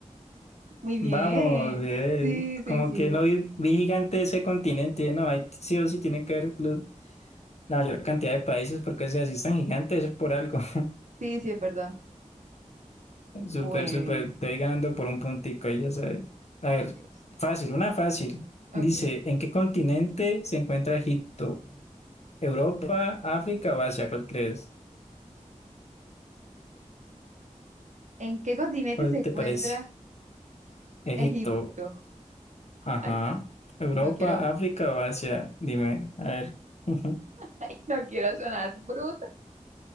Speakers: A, on the right; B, on the left.
A: muy bien.
B: Vamos, eh,
A: Sí, sí,
B: como
A: sí.
B: que no vi, vi gigante ese continente, no, hay sí o sí tiene que haber los- la mayor cantidad de países porque si así es tan gigante es por algo. <laughs>
A: Sí, sí, es verdad. Bueno,
B: Súper, súper, estoy ganando por un puntico, ahí ya sabes. A
A: ay
B: ver,
A: Dios.
B: fácil, una fácil.
A: Ok.
B: Dice, ¿en qué continente se encuentra Egipto? ¿Europa, África o Asia? ¿Cuál crees?
A: ¿En qué continente
B: ¿Cuál
A: se encuentra
B: te parece? Egipto,
A: Egipto?
B: ajá.
A: Ay Dios.
B: ¿Europa,
A: No quiero,
B: África o Asia? Dime, a ver. <laughs>
A: <laughs> no quiero sonar bruta